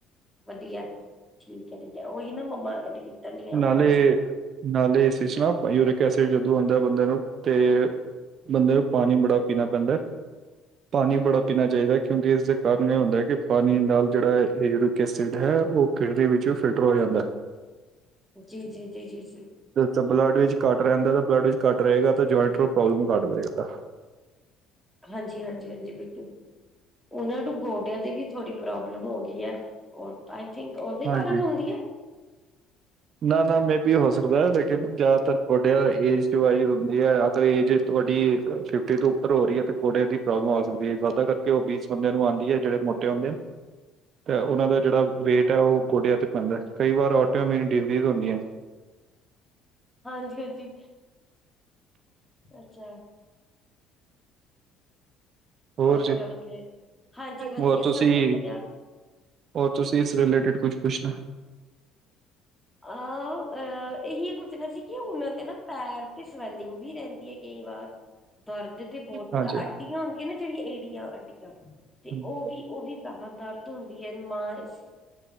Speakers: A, in the centre; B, on the right.
A: ਵਧੀਆ ਠੀਕ ਹੈ, ਠੀਕ ਹੈ ਉਹੀ ਨਾ ਤਲੀਆਂ
B: ਨਾਲੇ,
A: ਬਹੁਤ
B: ਨਾਲੇ ਇਸ ਵਿਚ ਨਾ 'ਯੂਰਿਕ ਐਸਿਡ' ਜਦੋਂ ਆਉਂਦਾ ਬੰਦੇ ਨੂੰ ਤੇ ਬੰਦੇ ਨੂੰ 'ਪਾਣੀ' ਬੜਾ ਪੀਣਾ ਪੈਂਦਾ। ਪਾਣੀ ਬੜਾ ਪੀਣਾ ਚਾਹੀਦਾ ਕਿਉਂਕਿ ਇਸਦੇ ਕਾਰਨ ਇਹ ਹੁੰਦਾ ਕਿ ਪਾਣੀ ਨਾਲ ਜਿਹੜਾ ਯੂਰਿਕ ਐਸਿਡ ਹੈ। ਉਹ ਕਿਡਨੀ ਵਿੱਚੋ ਫਿਲਟਰ ਹੋ ਜਾਂਦਾ ਐ।
A: ਜੀ, ਜੀ, ਜੀ, ਜੀ, ਜੀ
B: ਤੇ ਬਲੱਡ ਵਿੱਚ ਘੱਟ ਰਹਿੰਦਾ ਤਾਂ ਬਲੱਡ ਵਿੱਚ ਕੱਟ ਰਹੇਗਾ, ਤਾਂ ਜੁਆਇੰਟ ਨੂੰ ਪ੍ਰੋਬਲਮ ਕਰ ਰਹੇਗਾ।
A: ਹਾਂਜੀ, ਹਾਂਜੀ, ਹਾਂਜੀ ਬਿਲਕੁ ਉਹਨਾਂ ਨੂੰ 'ਗੋਡਿਆਂ' ਦੇ ਵੀ ਥੋੜੀ ਪ੍ਰੋਬਲਮ ਹੋ ਗਈ ਆ। ਉਹ ਆਈ ਥਿੰਕ ਉਹਦੇ
B: ਹਾਂਜੀ
A: ਕਾਰਨ ਹੋਰਹੀਐ।
B: ਨਾ, ਨਾ ਮੇ ਵੀ ਹੋ ਸਕਦਾ ਲੇਕਿਨ ਜ਼ਿਆਦਾਤਰ ਗੋਡਿਆਂ ਏਜ ਟੂ ਵਾਈਸ ਹੁੰਦੀ ਹੈ ਏਜ ਵੱਡੀ ਫਿਫਟੀ ਤੋਂ ਉੱਪਰ ਹੋ ਰਹੀ ਹੈ ਤੇ ਗੋੜੇ ਦੀ ਪ੍ਰੋਬਲਮ ਆ ਸਕਦੀ ਹੈ ਜ਼ਿਆਦਾ ਕਰਕੇ ਉਹ ਬੀਸ ਬੰਦਿਆਂ ਨੂੰ ਆਉਂਦੀ ਐ। ਜਿਹੜ ਤੇ ਉਹ ਦਾ ਜਿਹੜਾ ਵੇਟ ਹੈ ਉਹ ਗੋਡਿਆਂ ਤੇ ਪੈਂਦਾ। ਕਈ ਵਾਰ ਓਟਿਓ ਮੇਰੀ ਡਜ਼ ਹੁੰਦੀ ਐ।
A: ਹਾਂਜੀ, ਹਾਂਜੀ ਅੱਛਾ।
B: ਹੋਰ
A: ਓਕੇ
B: ਜੀ
A: ਓਕੇ ਹਾਂਜੀ ਵਧੀਆ
B: ਹੋਰ ਤੁਸੀਂ
A: ਸਭ ਵਧੀਆ
B: ਔਰ ਤੁਸੀਂ ਇਸ ਰਿਲੇਟਿਡ ਕੁਝ ਪੁੱਛਣਾ?
A: ਆਹ, ਅਹ ਇਹੀ ਪੁੱਛਣਾ ਸੀ ਕਿ ਉਹਨਾਂ ਦੇ ਨਾ ਪੈਰ ਤੇ 'ਸਵੈਲਿੰਗ' ਜੀ ਰਹਿੰਦੀ ਹੈ। ਕਈ ਵਾਰ ਦਰਦ ਤੇ ਬਹੁਤਦਾ
B: ਹਾਂਜੀ
A: 'ਅੱਡੀਆਂ' ਹੁੰਦੀਆਂ ਨਾ ਜਿਹੜੀਆਂ ਏੜੀਆਂ ਅੱਡੀਆਂ।
B: ਹਾਂਜੀ
A: ਤੇ ਉਹ ਵੀ, ਉਹ ਵੀ ਜ਼ਿਆਦਾ ਦਰਦ ਹੁੰਦੀ ਹੈ ਨ ਮਾਸ